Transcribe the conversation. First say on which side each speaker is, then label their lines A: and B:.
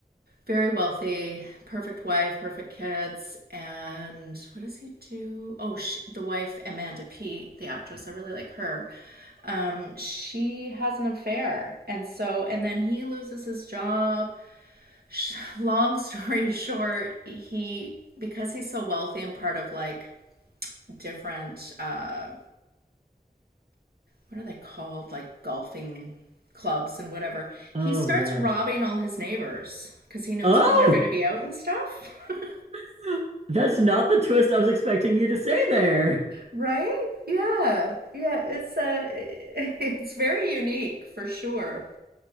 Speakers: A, on the right; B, on the right.
A: very wealthy, perfect wife, perfect kids, and what does he do? Oh, she, the wife Amanda Peet, the actress, I really like her. Um, she has an affair, and so and then he loses his job. <laughs> Long story short, he because he's so wealthy and part of like different uh, what are they called like golfing clubs and whatever,
B: Oh
A: he starts
B: yeah.
A: robbing all his neighbors because he knows
B: Oh,
A: when they're going to be out and stuff. <laughs>
B: <laughs> that's not the twist I was expecting you to say there.
A: Right? Yeah. Yeah, it's uh <laughs> it's very unique for sure.